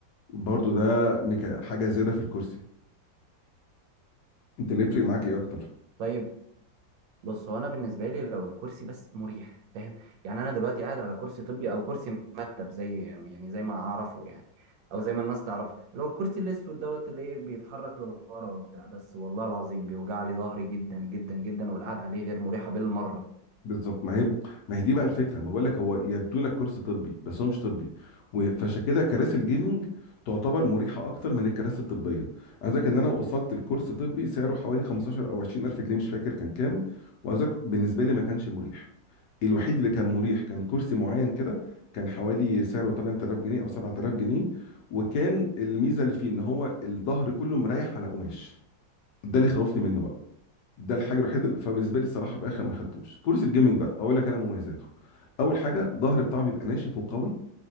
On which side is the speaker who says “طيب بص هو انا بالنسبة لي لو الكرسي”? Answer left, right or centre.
Right